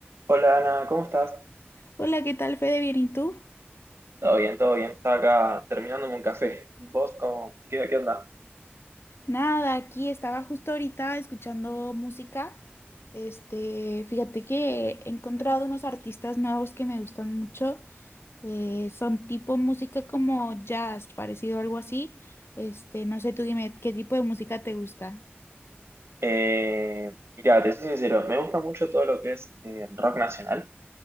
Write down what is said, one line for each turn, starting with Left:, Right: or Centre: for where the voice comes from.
Right: Hola Ana, ¿cómo estás?
Left: Hola, ¿qué tal, Fede? Bien, ¿y tú?
Right: Todo bien, todo bien. Estaba acá terminándome un café. ¿Vos cómo? ¿Qué, qué onda?
Left: Nada, aquí estaba justo ahorita escuchando música. Este, fíjate que he encontrado unos artistas nuevos que me gustan mucho. Eh, son tipo música como jazz, parecido a algo así. Este, no sé, tú dime, ¿qué tipo de música te gusta?
Right: Eh, mirá, te soy sincero, me gusta mucho todo lo que es eh, rock nacional,